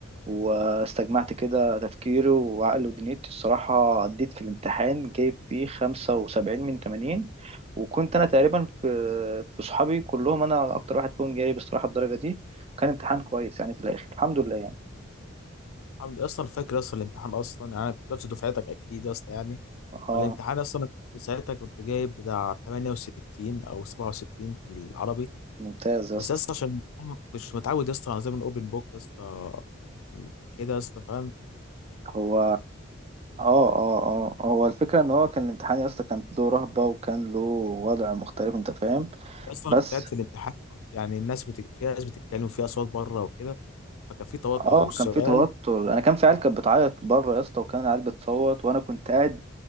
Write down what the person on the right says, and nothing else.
واستجمعت كده تفكيري وعقلي ودنيتي الصراحة عديت في الامتحان جايب فيه خمسة وسبعين من تمانين وكنت انا تقريبا في في صحابي كلهم انا اكتر واحد فيهم جايب الصراحه الدرجه دي وكان امتحان كويس يعني في الاخر الحمد لله يعني
اه
ممتاز يا
اسطى
هو اه اه اه هو الفكره ان هو كان الامتحان يا اسطى كان له رهبه وكان له وضع مختلف انت فاهم
بس
اه
كان في توتر انا كان في عيال كانت بتعيط بره يا اسطى وكان العيال بتصوت وانا كنت قاعد